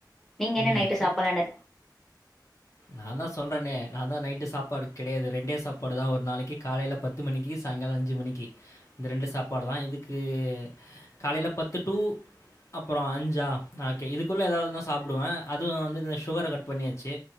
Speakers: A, in the centre; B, on the left.
A: நீங்க என்ன
B: ம்.
A: நைட்டு சாப்பல்லானு
B: நா தா சொல்றனே நா தா நைட்டு சாப்பாடு கெடையாது ரெண்டே சாப்பாடு தா ஒரு நாளைக்கு காலையில பத்து மணிக்கு சாயங்காலோ அஞ்சு மணிக்கு இந்த ரெண்டு சாப்பாடு தா இதுக்கு காலையில பத்து டூ அப்புறோ அஞ்சா ஓகே இதுக்குள்ளே ஏதாவதுன்னா சாப்புடுவே அதுவு வந்து இந்த சுகர கட் பண்ணியாச்சு